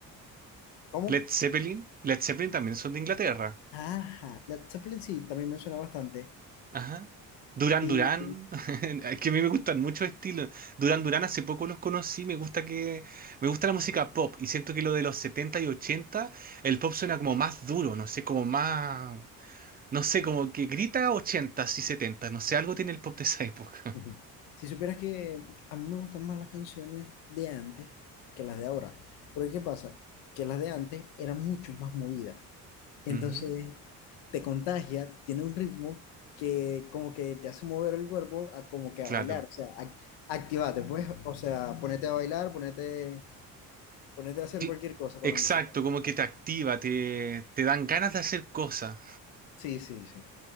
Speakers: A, on the left; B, on the right.
A: cómo?
B: ¿Led Zeppelin? Led Zeppelin también son de Inglaterra.
A: Ajá, la Zeppelin sí, también me suena bastante.
B: Ajá. Duran
A: Y
B: Duran, <laughs> es que a mí me gustan muchos estilos. Duran Duran hace poco los conocí, me gusta que me gusta la música pop y siento que lo de los 70 y 80 el pop suena como más duro, no sé, como más no sé, como que grita 80 y 70, no sé, algo tiene el pop de esa época.
A: ujú. si supieras que a mí me gustan más las canciones de antes que las de ahora. Porque ¿qué pasa? Que las de antes eran mucho más movidas. Entonces,
B: <laughs> Ujú,
A: te contagia, tiene un ritmo que como que te hace mover el cuerpo a como que
B: Claro.
A: a bailar. O sea, ac- activate, pues. O sea, ponete a bailar, ponete, ponete a hacer
B: Sí,
A: cualquier cosa con
B: Exacto,
A: la música.
B: como que te activa, te, te dan ganas de hacer cosas.
A: Sí, sí, sí.